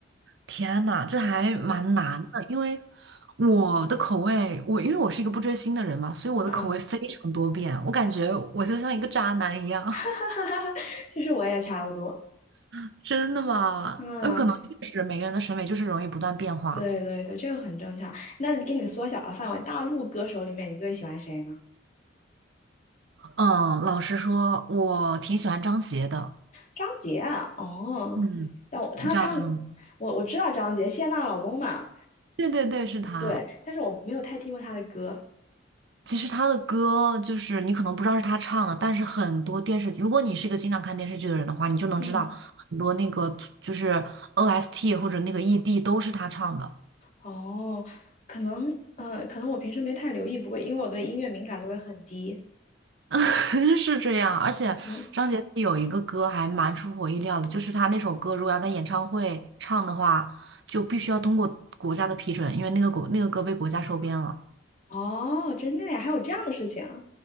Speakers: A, on the right; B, on the left.
A: 天呐，这还蛮难的，因为我的口味，我因为我是一个不追星的人嘛，所以我的口味非常多变，
B: 嗯，
A: 我感觉我就像一个渣男一样。
B: <laughs> 其实我也差不多，
A: <laughs> 真的吗？
B: 嗯，
A: 有可能确实每个人的审美就是容易不断变化。
B: 对对对，这个很正常。那给你缩小了范围，大陆歌手里面你最喜欢谁呢？
A: 嗯，老实说，我挺喜欢张杰的。
B: 张杰啊，哦，
A: 嗯，
B: 但我他唱
A: 你知道他吗？
B: 我我知道张杰，谢娜老公嘛，
A: 对对对，是他。
B: 对，但是我没有太听过他的歌，
A: 其实他的歌就是你可能不知道是他唱的，但是很多电视，如果你是一个经常看电视剧的人的话，你就能知道很多那个就是
B: 嗯，
A: OST 或者那个 ED 都是他唱的，
B: 哦，可能呃，可能我平时没太留意，不过因为我对音乐敏感度也很低。
A: <laughs> 是这样。而且张杰有一个歌还蛮出乎我意料的，
B: 嗯
A: 就是他那首歌如果要在演唱会唱的话，就必须要通过国家的批准，因为那个国那个歌被国家收编了。
B: 哦，真的呀，还有这样的事情。